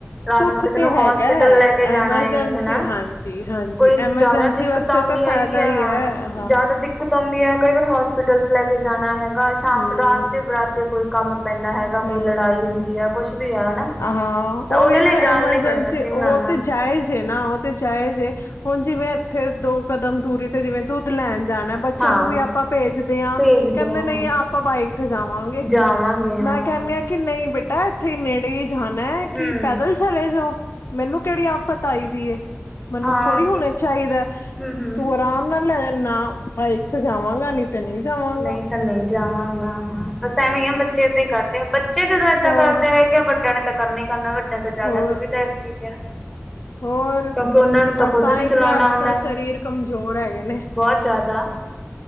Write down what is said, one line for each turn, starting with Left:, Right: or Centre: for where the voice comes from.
Centre: ਰਾਤ
Left: ਸੁੱਖ
Centre: ਨੂੰ ਕਿਸੇ
Left: ਤੇ
Centre: ਨੂੰ
Left: ਹੈਗਾ
Centre: ਹੋਸਪਿਟਲ ਲੈ ਕੇ ਜਾਣਾ
Left: ਐਮਰਜੈਂਸੀ
Centre: ਹਨਾ,
Left: ਹਾਂਜੀ ਹਾਂਜੀ
Centre: ਕੋਈ
Left: ਐਮਰਜੈਂਸੀ
Centre: ਜ਼ਿਆਦਾ ਦਿੱਕਤ
Left: ਵਾਸਤੇ
Centre: ਆਉਂਦੀ
Left: ਤਾਂ ਫਾਇਦਾ
Centre: ਹੈਗੀ, ਆ
Left: ਹੀ
Centre: ਹਾਂ
Left: ਹੈ
Centre: ਜ਼ਿਆਦਾ ਦਿੱਕਤ ਆਉਂਦੀ। ਕਈ ਵਾਰ ਹੋਸਪਿਟਲ ਚ ਲੈ ਕੇ ਜਾਣਾ ਹੈਗਾ, ਸ਼ਾਮ
Left: ਹਮ
Centre: ਰਾਤ ਤੇ ਬਰਾਤੇ ਕੋਈ ਕੰਮ ਪੈਂਦਾ ਹੈਗਾ, ਕੋਈ
Left: ਹਮ
Centre: ਲੜਾਈ ਹੁੰਦੀ ਆ ਕੁਛ ਵੀ ਆ ਹਨਾ,
Left: ਹਾਂ
Centre: ਤਾਂ ਉਹਦੇ
Left: ਉਹੀ
Centre: ਲਈ
Left: ਨਾ
Centre: ਜਾਣ
Left: ਐਮਰਜੈਂਸੀ
Centre: ਲਈ ਬਣ ਗਿਆ ਸੀ ਗਿਆ।
Left: ਉਹ ਤੇ ਜਾਏ ਜੇ ਨਾ ਉਹ ਤੇ ਜਾਏ ਜੇ ਹੁਣ ਜਿਵੇਂ ਇੱਥੇ ਦੋ ਕਦਮ ਦੂਰੀ ਤੇ ਜਿਵੇਂ ਦੁੱਧ ਲੈਣ ਜਾਣਾ। ਬੱਚਿਆਂ
Centre: ਹਾਂ
Left: ਨੂੰ ਵੀ ਆਪਾਂ ਭੇਜਦੇ ਹਾਂ,
Centre: ਭੇਜਦੇ
Left: ਕਹਿੰਦੇ
Centre: ਆ
Left: ਨਹੀਂ
Centre: ਹਾਂ
Left: ਆਪਾਂ ਬਾਈਕ ਤੇ ਜਾਵਾਂਗੇ
Centre: ਜਾਵਾਂਗੇ ਹਾਂ
Left: ਮੈਂ ਕਹਿੰਨੀ ਆ। ਕਿ ਨਹੀਂ ਬੇਟਾ ਇੱਥੇ ਨੇੜੇ ਜਾਣਾ ਕਿ
Centre: ਹਮ
Left: ਪੈਦਲ, ਚਲੇ ਜਾਓ, ਮੈਨੂੰ ਕਿਹੜੀ ਆਫ਼ਤ ਆਈ ਦੀ ਐ। ਮੈਨੂੰ
Centre: ਹਾਂ
Left: ਥੋੜ੍ਹੀ
Centre: ਹਮ
Left: ਹੋਣਾ ਚਾਹੀਦਾ,
Centre: ਹਮ
Left: ਤੂੰ ਆਰਾਮ ਨਾਲ ਲੈ ਨਾ ਬਾਈਕ ਤੇ ਜਾਵਾਂਗਾ, ਨੀ ਤੇ ਨਹੀਂ, ਜਾਵਾਂਗਾ
Centre: ਨਹੀਂ ਤਾਂ ਨਹੀਂ ਜਾਵਾਂਗਾ, ਹਾਂ ਬਸ ਐਵੇਂ ਆ ਬੱਚੇ ਏਦਾਂ ਹੀ ਕਰਦੇ ਆ। ਜਦ ਏਦਾਂ
Left: ਹੋਰ
Centre: ਕਰਦੇ ਹੈਗੇ, ਵੱਡਿਆਂ ਨੇ ਤਾਂ ਕਰਨਾ ਹੀ ਕਰਨਾ ਵੱਡਿਆਂ ਤੋਂ ਜ਼ਿਆਦਾ
Left: ਹੋਰ
Centre: ਸੁਵਿਧਾ ਇਸ ਚੀਜ਼ ਦੇ ਨਾ।
Left: ਹੋਰ
Centre: ਕਿਉਂਕਿ ਉਹਨਾਂ ਨੂੰ ਤਾਂ ਖੁਦ
Left: ਤਾਂਹੀ
Centre: ਨੀ ਚਲਾਉਣਾ
Left: ਤੇ ਅੱਜ-ਕੱਲ੍ਹ
Centre: ਆਉਂਦਾ
Left: ਸਰੀਰ ਕਮਜ਼ੋਰ ਹੈਗੇ ਨੇ।
Centre: ਬਹੁਤ ਜ਼ਿਆਦਾ,